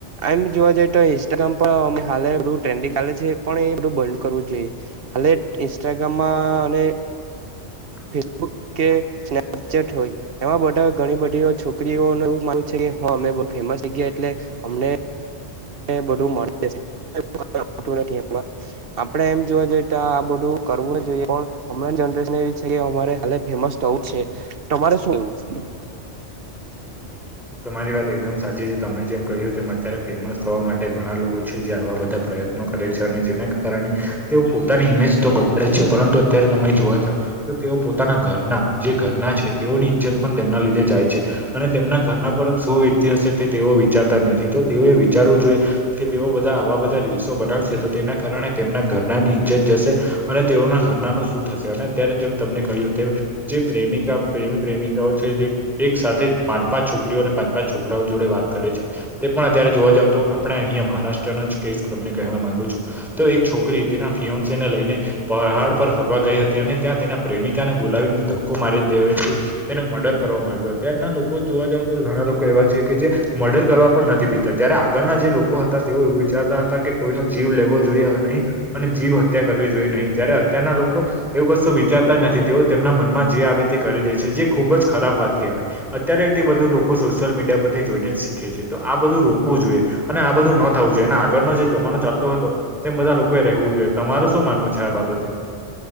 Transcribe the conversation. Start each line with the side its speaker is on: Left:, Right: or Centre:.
Right: આમ જોવા જઈએ તો ઇન્સ્ટાગ્રામ પણ હા એધું ટ્રેન્ડિંગ ચાલે છે પણ એ બધું બંધ કરવું જોઈએ હાલે ઇન્સ્ટાગ્રામમાં અને
Centre: <inaudible>
Right: ફેસબુક કે સ્નપચેટ હોય, એમાં બધા ઘણી બધી છોકરીઓ એવું માન છે કે હ મે બવ ફેમસ થઇ ગયા એટલે અમને બધું મળી જા છે <unintelligible> નથી એમાં આપડે એમ જોવા જોઈએ તો આ બધું કરવું જોઈએ પણ હમણાં જનરેશન એવી છે, કે અમારે. ફેમસ થવું છે. તમારે શું કે?
Centre: તમારી વાત એકદમ સાચી છે. તમે જેમ કહ્યું તેમ અત્યારે ફેમસ થવા માટે ઘણા લોકો. છે. જે આવા બધા પ્રયત્નો કરે છે અને જેને કારણે તેઓ પોતાની ઈમેજ તો બગાડે છે, પરંતુ અત્યારે તમે જોવા જાવ. તેઓ પોતાના ઘરના જે ઘરના છે. તેઓની ઈજ્જત પણ તેમના લીધે જાય છે, અને તેમના ઘરના શું વિતતિ હશે તેઓ વિચારતા જ નથી. તો તેઓએ વિચારવું જોઈએ કે તેઓ બધા આવા બધા. સો બનાવશે તો તેના કારણે તેમના ઘરનાની ઈજ્જત જશે, અને તેઓના ઘરનાનું શું થશે અને અત્યારે જેમ તમને કહ્યું તેમ. જે પ્રેમિકા, પ્રેમી- પ્રેમિકાઓ છે. જે એક સાથે પાંચ - પાંચ, છ છોકરીઓને પાંચ- પાંચ છોકરાઓ જોડે વાત કરે છે. તે પણ અત્યારે જોવા જાવ તો આપણે અહંયા મહારાષ્ટ્ર નોજ કેસ તમને કહેવા માંગુ છું, તો એક છોકરી તેના ફિયોનશી ને લઈને. પહાડ પર ફરવા ગઈ હતી, અને ત્યાં તેના પ્રેમિકાને બોલાવીને ધક્કો મારી દેવાયતો. તેનો મર્ડર કરવામાં આવ્યો, અતારના લોકો જોવા જાવ તો, ઘણા લોકો એવા છે કે જે મર્ડર કરવા પણ નથી પીતા, ત્યારે આગળના જે લોકો હતા, તેઓ એવું વિચારતા હતા કે, કોઈનો જીવ લેવો જોઈએ અ નહીં. અને જીવ હત્યા કરવી જોઈએ નહી, જ્યારે અત્યારના લોકો એવું કશું વિચારતા જ નથી, તેઓ તેમના મનમાં જે આવે તે કરી દે છે, જે ખુબ જ ખરાબ વાત કહેવાય. અત્યારે તે બધું લોકો સોશિયલ મીડિયા પરથી જોઈને જ શીખે છે, તો આ બધું રોકવું જોઈએ. અને આ બધું ન થવું જોઈએ, એના આગળનો જે જમાનો ચાલતો હતો. તેમ બધા લોકોએ રહેવું જોઈએ, તમારરે શું માનવું છે? આ બાબતે.